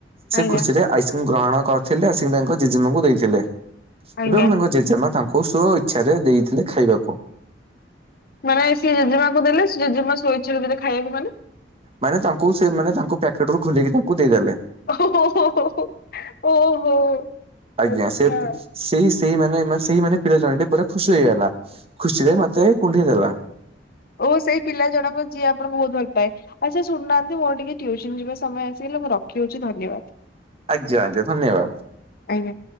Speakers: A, on the left; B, on the right.
A: ଆଜ୍ଞା
B: ଖୁସିରେ ଆଇସକ୍ରିମ କଣ କରିଥିଲେ ସେ ତାଙ୍କ ଜେଜେମା ଙ୍କୁ ଦେଇଥିଲେ
A: ଆଜ୍ଞା।
B: ତାଙ୍କ ଜେଜେମା ତାଙ୍କୁ ସ ଇଚ୍ଛାରେ ଦେଇଥିଲେ ଖାଇବାକୁ
A: ମାନେ ସିଏ ଜେଜେମାକୁ ଦେଲେ ସେ ଜେଜେମା ସୋଇଛର ଦିନରେ ଖାଇବାକୁ ମାନେ
B: ମାନେ ତାଙ୍କୁ ସେ ମାନେ ତାଙ୍କୁ ପ୍ୟାକେଟ ରୁ ଖୋଲକି ତାଙ୍କୁ ଦେଇଦେଲେ
A: ଓହୋ ଓହୋ
B: ଆଜ୍ଞା
A: ଆଚ୍ଛା
B: ସେ ସେଇ <inaudible> ସେଇମାନେ ମାନେ ସେଇମାନେ ପିଲା ଜଣେ ପୁରା ଖୁସି ହେଇଗଲା ଖୁସିରେ ମତେ କୁଣ୍ଢେଇ ଦେଲା
A: ଓ ସେଇ ପିଲା ଜଣକ ଯିଏ ଆପଣଙ୍କୁ ବହୁତ ଭଲ ପାଏ ଆଚ୍ଛା ଶୁଣୁନାହାନ୍ତି ମୋର ଟିକେ ଟ୍ୟୁସନ ଯିବା ସମୟ ଆସିଗଲା ମୁଁ ରଖି ଦଉଛି ଧନ୍ୟବାଦ।
B: ଆଜ୍ଞା ଆଜ୍ଞା ଧନ୍ୟବାଦ
A: ଆଜ୍ଞା